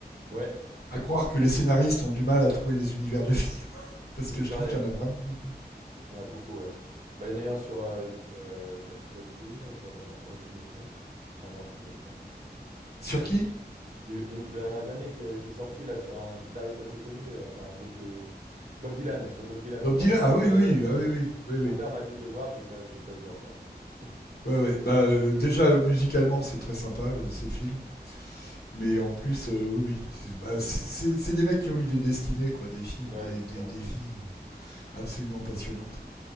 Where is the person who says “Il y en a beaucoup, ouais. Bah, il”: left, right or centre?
Right